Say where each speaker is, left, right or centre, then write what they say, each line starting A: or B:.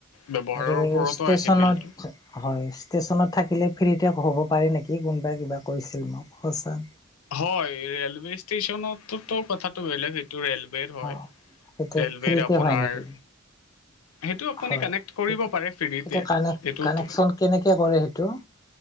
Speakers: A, on the left; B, on the left.
A: ব্যৱহাৰৰ
B: আৰু
A: ওপৰতো
B: ষ্টেচনত
A: আহে বিলটো
B: হয়। ষ্টেশচনত থাকিলে ফ্ৰীতে হ'ব পাৰে নেকি কোনোবাই কিবা কৰিছিল মোক সঁচা।
A: হয় ৰেলৱে ষ্টেচনতোতো কথাটো বেলেগ সেইট টো ৰেলৱেৰ হয়
B: অ সেইটো
A: ৰেলৱেৰ
B: ফ্ৰীতে
A: আপোনাৰ
B: হয় নেকি?
A: সেইটো আপুনি
B: হয়
A: কানেকট কৰিব
B: সেইটো
A: পাৰে ফ্ৰীতে
B: সেইটো কানেক
A: সেটোত
B: কানেকচন কেনেকে কৰে সেইটো